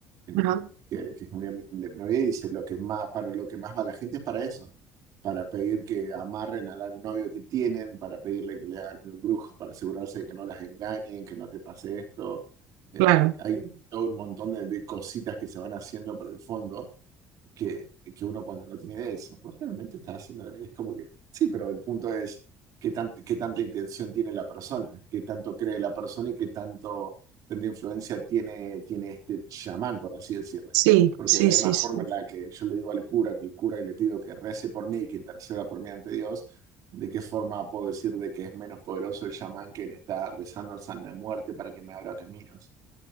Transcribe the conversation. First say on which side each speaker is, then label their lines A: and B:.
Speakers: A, on the right; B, on the right.
A: en-
B: Ajá,
A: que, que es comunidad independiente, y dice, lo que más, para lo que más va la gente es para eso para pedir que amarren al novio que tienen, para pedirle que le hagan un embrujo, para asegurarse de que no las engañen, que no te pase esto. Eh,
B: claro.
A: hay todo un montón de, de cositas que se van haciendo por el fondo que, que uno cuando no tiene idea dice, pues realmente estás haciendo, y es como que, sí, pero el punto es qué, tan- qué tanta intención tiene la persona, qué tanto cree la persona y qué tanto, tanta influencia tiene, tiene este chamán, por así decirlo.
B: Sí,
A: Porque
B: sí,
A: de la misma
B: sí,
A: forma
B: sí.
A: en la que yo le digo al cura que el cura y le pido que rece por mí y que interceda por mí ante Dios, ¿de qué forma puedo decir de que es menos poderoso el chamán que le está rezando al San la Muerte para que me abra caminos?